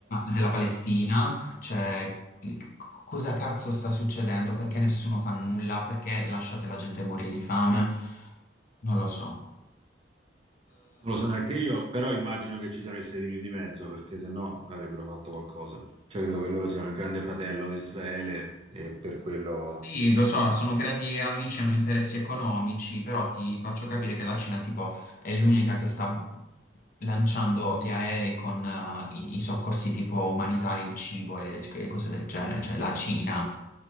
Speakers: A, on the left (about 50°); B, on the right (about 30°).
A: della Palestina, cioè eh, cosa cazzo sta succedendo, perché nessuno fa nulla, perché lasciate la gente morire di fame, non lo so.
B: Non lo so neanche io, però immagino che ci siano gli Stati Uniti di mezzo, perché se no avrebbero fatto qualcosa. Cioè, credo che loro siano il grande fratello di Israele e per quello...
A: Sì, lo so, sono grandi amici, hanno interessi economici, però ti faccio capire che la Cina, tipo, è l'unica che sta lanciando gli aerei con eh, i, i soccorsi tipo umanitari, il cibo e, e cose del genere, cioè la Cina,